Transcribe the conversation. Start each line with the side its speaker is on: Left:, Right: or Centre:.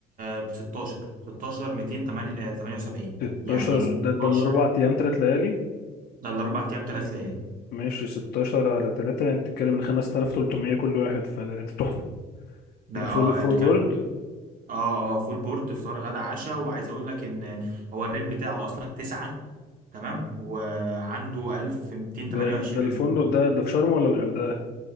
Right: ب 16 16 278
Left: 16
Right: يعني 16
Left: ده ده الأربع أيام تلات ليالي
Right: ده الاربع ايام ثلاث ليالي
Left: ماشي 16 على 3 يعني بتتكلم ان 5300 كل واحد فده ده تحفة
Right: ده
Left: ده
Right: اه
Left: فول
Right: يعني
Left: فول
Right: انتوا
Left: بورد
Right: كده اه اه فول بورد فطار غدا عشاء وعايز اقول لك ان هو الريت بتاعه اصلا 9 تمام وعنده 1228
Left: ده, ده الفندق
Right: ريفيو
Left: ده ده في شرم ولا الغردقة